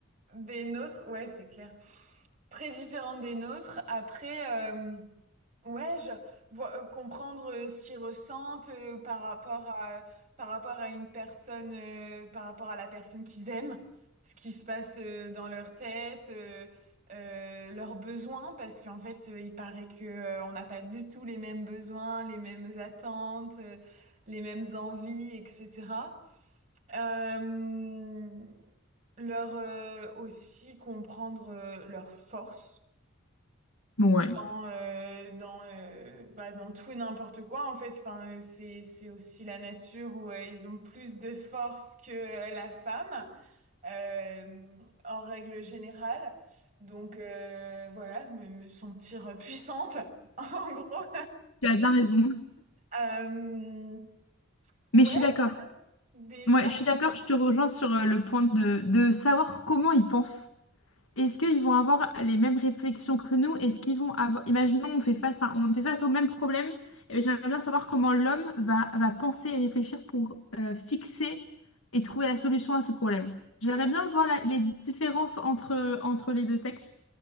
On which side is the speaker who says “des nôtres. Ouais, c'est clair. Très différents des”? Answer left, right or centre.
Right